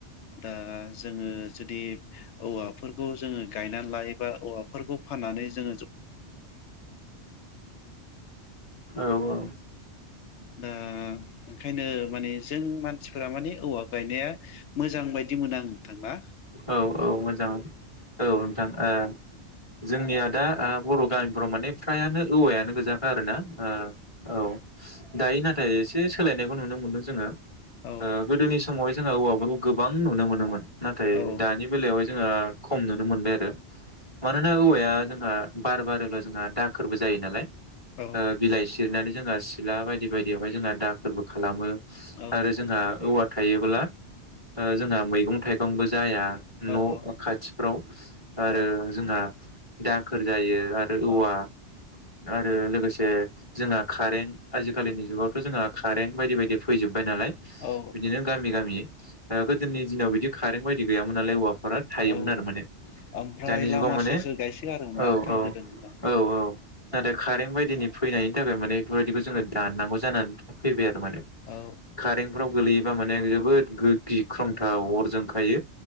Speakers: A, on the left; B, on the left.
A: दा जोङो जुदि औवाफोरखौ जोङो गायना लायोबा औवाफोरखौ फाननानै जो
B: औ औ।
A: दा ओंखायनो माने जों मानसिफोरा मानि औवा गायनाया मोजां बायदि मोनो आं नोंथांना।
B: औ औ मोजां औ नोंथां ओ। जोंनिया दा ओ बर' गामिफोराव फ्राय आनो औवायानो गोजाखा आरो ना। ओ औ दायो नाथाय एसे सोलायनायखौ नुनो मोनदों जोङो। दा
A: औ
B: गोदोनि समावहाय जोंहा औवाफोरखौ गोबां नुनो मोनोमोन। नाथाय
A: औ
B: दानि बेवहाय जोङो खम नुनो मोनबाय आरो मानोना औवाया जोंहा बार बारोबा जोंहा दाखोरबो जायो नालाय।
A: औ
B: ओ बिलाइ सिरिनानै। जोंहा सिला बायदि बायदियावहाय जोंहा दाखोरबो खालामो।
A: औ
B: आरो जोंहा औवा थायोब्ला जोंहा ओ मैगं थाइगंबो जाया। न'
A: औ
B: खाथिफ्राव आरो
A: औ
B: जोंहा दाखोर जायो। आरो औवा
A: औ
B: आरो लोगोसे जोंहा कारेन्ट आजिखालिनि जुगावथ' जोंहा कारेन्ट बायदि बायदि फैजोब बाय नालाय
A: औ
B: बिदिनो गामि गामि। ओ गोदोनि दिनाव बिदि कारेन्ट बायदि गैयामोन नाय औवा फोरा थायोमोन
A: औ
B: आरो माने
A: ओमफ्राय
B: दानि
A: लामा
B: जुगाव माने
A: सेर सेर गायसोगारोमोन ना
B: औ
A: नोंथां
B: औ
A: गोदोनि दिनाव
B: औ औ नाथाय कारेन्ट बायदिनि फैनायनि थाखाय माने बेफोरबायदिखौ जोङो दाननांगौ जानानै फैबाय।
A: औ
B: कारेन्टफ्राव गोलैयो बा माने जोबोद गो-गिख्रंथाव अर जोंखायो।